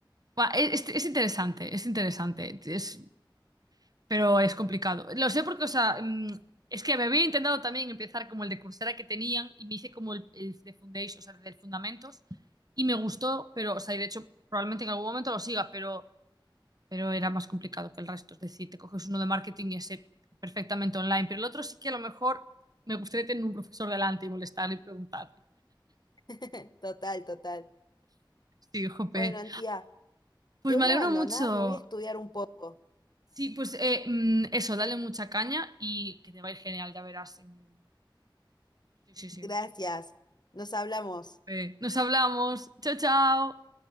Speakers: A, on the right; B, on the left.
A: Buah, es, es interesante, es interesante, es- pero es complicado. Lo sé porque, o sea, mm, es que me había intentado también empezar como el de Coursera que tenían y me hice como el, el de Foundation, o sea, del Fundamentos, y me gustó, pero, o sea, y de hecho probablemente en algún momento lo siga, pero, pero era más complicado que el resto. Es decir, te coges uno de marketing y ese perfectamente online, pero el otro sí que a lo mejor me gustaría tener un profesor delante y molestar y preguntarle.
B: <laughs> total, total.
A: Sí, jope.
B: Bueno, Antía.
A: Pues
B: Te
A: me
B: voy
A: alegro
B: a abandonar,
A: mucho,
B: me voy a estudiar un poco.
A: Sí, pues eh, mm, eso, dale mucha caña y que te va a ir genial, ya verás. en el- Sí, sí, sí.
B: Gracias. Nos hablamos.
A: Eh, nos hablamos. Chao, chao.